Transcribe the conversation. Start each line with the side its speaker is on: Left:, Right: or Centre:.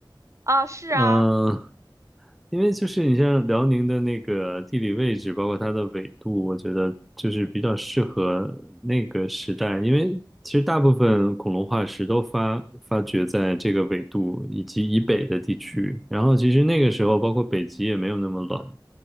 Right: 啊，是啊，
Centre: 嗯、因为就是你像辽宁的那个地理位置，包括它的纬度，我觉得就是比较适合那个时代。因为其实大部分恐龙化石都发发掘在这个纬度以及以北的地区，然后其实那个时候包括北极也没有那么冷，